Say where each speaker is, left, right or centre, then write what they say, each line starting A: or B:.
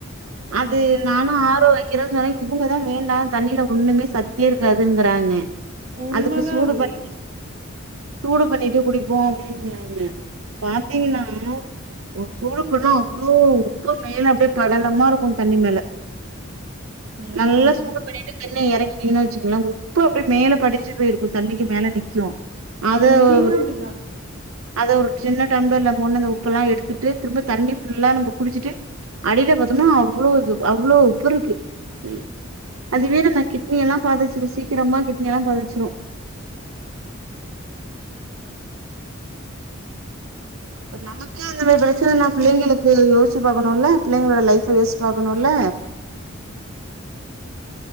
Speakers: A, on the right; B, on the right.
A: ம்
B: அது நானு ஆர் ஓ வெக்கிறன் சொன்னே இவுங்கதா வேண்டாந் தண்ணில ஒன்னுமே சத்தே இருக்காதுங்கறாங்க.
A: உண்மதா
B: அதுக்கு சூடு
A: அது
B: பண்ணி நீங்க சூடு பண்ணிட்டு குடிப்போ அப்டிங்கறாங்க பாத்தீங்கனா
A: ம்
B: ம் சூடு பண்ணா அவ்ளோ உப்பு மேல அப்டே படலமாருக்கு தண்ணி மேல.
A: ஆ
B: நல்லா
A: ஆ
B: சூடு பண்ணிட்டு தண்ணிய எறக்கிடிங்கன் வெச்சுக்குங்ளே உப்பு அப்டியே மேல படிச்சு போயிருக்கு தண்ணிக்கு மேல நிக்கு. அத
A: இங்கேயுமே
B: ஒவ்ரு
A: அப்படிதா
B: அத ஒரு சின்ன டம்லர்ல மொன்டு அந்த உப்பல்லா எடுத் துட்டு திரும்ப தண்ணி ஃபுல்லா நம்ப குடிச்சிட்டு அடில பாத்தம்னா அவ்ளோது அவ்ளோ உப்பு இருக்கு ம். அதுவே நம்ம கிட்னி எல்லா பாதிச்சிரு சீக்கிரமா கிட்னி எல்லா பாதிச்சிரு. இப்ப நமக்கே அந்தமாரி பிரச்சனனா பிள்ளைங்ளுக்கு யோசிச்சு பாக்குணுல்ல பிள்ளைங்களோட லைஃப யோசிச்சு பாக்கணும்ல்ல.